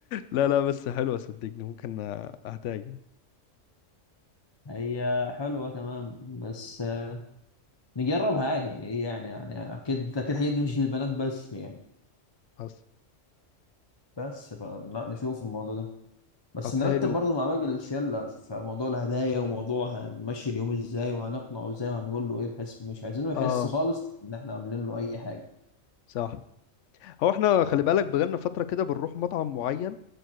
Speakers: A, on the left; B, on the left.
A: لا لا بس حلوة صدقني ممكن اهتاجم
B: هي حلوة تمام بس آه، نجربها عادي يعني إيه يعني يعني أكيد أكيد الحاجات دي مش للبنات بس يعني
A: حصل
B: بس فلا نشوف الموضوع ده بس
A: طب
B: نرتب
A: حلو
B: برضو مع باقي الشلة في موضوع الهدايا وموضوع هنمشي اليوم ازاي وهنقنعه ازاي وهنقول له ايه بحيث مش عايزينه يحس
A: اه
B: خالص ان احنا عاملين له اي حاجة
A: صح هو احنا خلي بالك بقالنا فترة كده بنروح مطعم معين